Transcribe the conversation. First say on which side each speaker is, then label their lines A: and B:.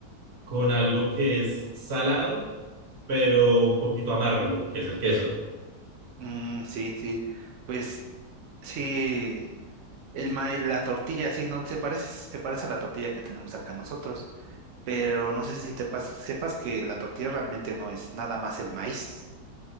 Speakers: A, on the right; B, on the right.
A: con algo que es salado, pero un poquito amargo, que es el queso.
B: Mm, sí, sí. Pues sí, el maíz, la tortilla, sí, no, se parece, se parece a la tortilla que tenemos acá nosotros, pero no sé si te pas- sepas que la tortilla realmente no es nada más el maíz.